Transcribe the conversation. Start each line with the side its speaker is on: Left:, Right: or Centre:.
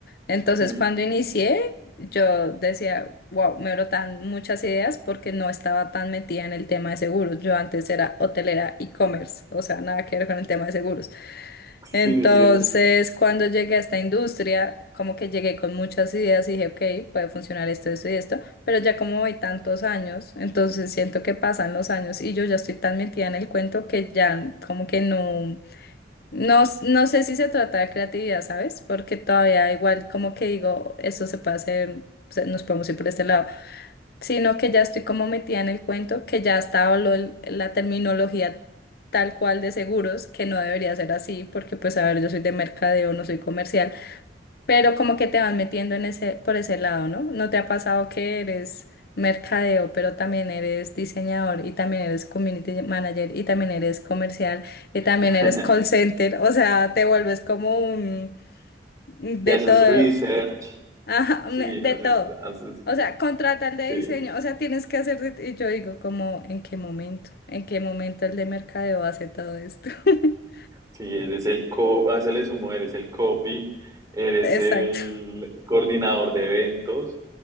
Left: Entonces,
Right: Mm,
Left: cuando inicié, yo decía, wow, me brotan muchas ideas porque no estaba tan metida en el tema de seguros. Yo antes era hotelera e-commerce, o sea, nada que ver con el tema de seguros.
Right: Sí,
Left: Entonces,
Right: sí, sí.
Left: cuando llegué a esta industria, como que llegué con muchas ideas y dije, ok, puede funcionar esto, esto y esto, pero ya como hay tantos años, entonces siento que pasan los años y yo ya estoy tan metida en el cuento que ya como que no, no, s- no sé si se trata de creatividad, ¿sabes? Porque todavía igual como que digo, esto se puede hacer, se- nos podemos ir por este lado, sino que ya estoy como metida en el cuento, que ya estaba la terminología tal cual de seguros, que no debería ser así, porque pues a ver, yo soy de mercadeo, no soy comercial pero como que te van metiendo en ese, por ese lado, ¿no? ¿No te ha pasado que eres mercadeo, pero también eres diseñador y también eres community manager y también eres comercial y también
Right: <laughs>
Left: eres call center? O sea, te vuelves como un de
Right: Y haces
Left: todo,
Right: research,
Left: ajá,
Right: sí,
Left: un-
Right: haces,
Left: de todo.
Right: haces,
Left: O sea, contrata contratar de
Right: sí,
Left: diseño, o sea, tienes que hacer, de- y yo digo como, ¿en qué momento? ¿En qué momento el de mercadeo hace todo esto? <laughs>
Right: sí, eres el co, haces el sumo, eres el copy, eres
Left: Exacto.
Right: el coordinador de eventos,